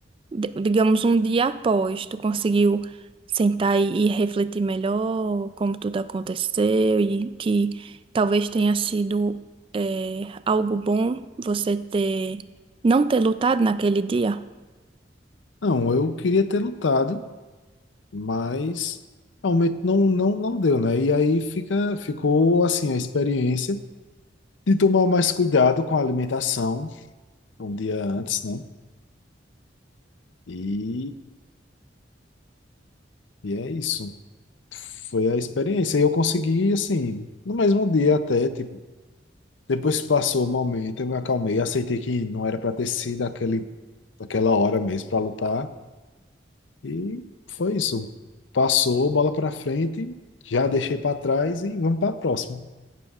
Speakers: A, on the right; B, on the left.
A: di- digamos, um dia após, tu conseguiu sentar e, e refletir melhor como tudo aconteceu e que talvez tenha sido eh, algo bom você ter, não ter lutado naquele dia.
B: Não, eu queria ter lutado, mas realmente não, não, não deu, né? E aí fica, ficou assim a experiência de tomar mais cuidado com a alimentação um dia antes, né? E, e é isso. Foi a experiência. E eu consegui, assim, no mesmo dia até, tipo, depois que passou o momento, eu me acalmei, aceitei que não era para ter sido aquele, aquela hora mesmo para lutar. E foi isso. Passou, bola para frente, já deixei para trás e vamos para a próxima.